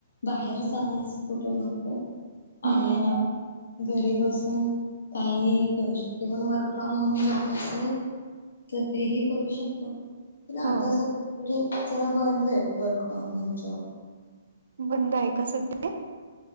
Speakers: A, on the left (about 80°); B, on the right (about 70°).
A: बाहेर जाण्यास कुठे नको.
B: हम्म
A: ऑनलाईन घरी बसून काही करू शकते पण वर्क फ्रॉम होम जॉब नसेल. तर तेही करू शकतो. प आता
B: हो
A: स जरा बंद आहेत वर्क फ्रॉम होम जॉब.
B: बंद आहे का सधळे